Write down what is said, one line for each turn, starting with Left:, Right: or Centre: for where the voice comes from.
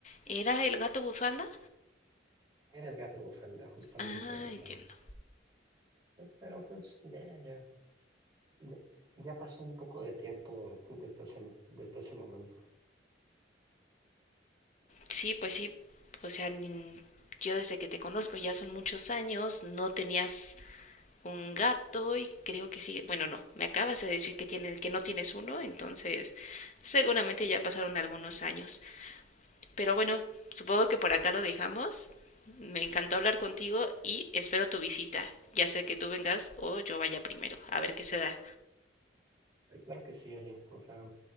Left: ¿Era el gato bufanda?
Right: Era el gato bufanda, justamente,
Left: Ah,
Right: o sea,
Left: entiendo.
Right: pero pues ya, ya. Ya ya pasó un poco de tiempo desde ese, desde ese momento.
Left: Sí, pues sí. O sea, ni- yo desde que te conozco ya son muchos años, no tenías un gato y creo que sí. Bueno, no, me acabas de decir que tienes que no tienes uno, entonces seguramente ya pasaron algunos años. Pero bueno, supongo que por acá lo dejamos. Me encantó hablar contigo y espero tu visita, ya sea que tú vengas o yo vaya primero, a ver qué se da.
Right: Eh, Claro que sí, Ali. O sea,